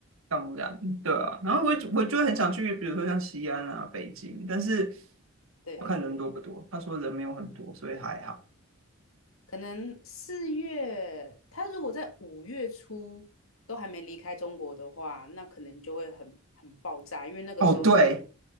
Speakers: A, on the right; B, on the left.
A: 当不然对啊，然后我就我就很想去，比如说像西安啊、北京，但是
B: 对，
A: 我看人多不多，他说人没有很多，所以还好。
B: 可能四月，他如果在五月初都还没离开中国的话，那可能就会很很爆炸，因为那个时候是
A: 哦，对，